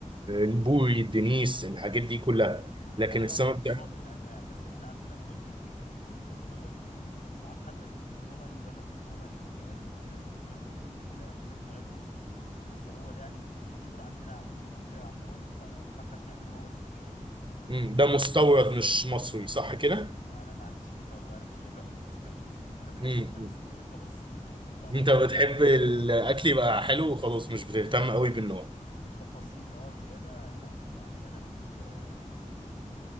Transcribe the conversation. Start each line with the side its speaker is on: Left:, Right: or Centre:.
Right: البوري الدنيس الحاجات دي كلها لكن
Left: أنا بقى
Right: السمك
Left: ما أعرفش
Right: ده
Left: معظم الأنواع بس إحنا عندنا البلطي <laughs> والكستومري الاتنين دول ما أعرفش حتى اسمه كستومري ولا كسكومري بالكاف في ناس بتقول كده وناس بتقول كده في ناس بتقول عليه روسي بس هو ده يعني المشهور عندنا في المنطقة عموما ف... فإحنا بنعمله هو السنجاري
Right: مم، ده مستورد مش مصري صح كده
Left: أنا ما عنديش فكرة والله أنا مش خبرة قوي في الأسماك <laughs> أنا بحب
Right: مم،
Left: السمك
Right: مم.
Left: السنجاري وخلاص <laughs> مش دعوة
Right: انت
Left: بحاجة
Right: بتحب الاكل يبقى حلو وخلاص مش بتهتم قوي بالنوع
Left: بالتفاصيل اه زياده لا يعني انا مش مش مش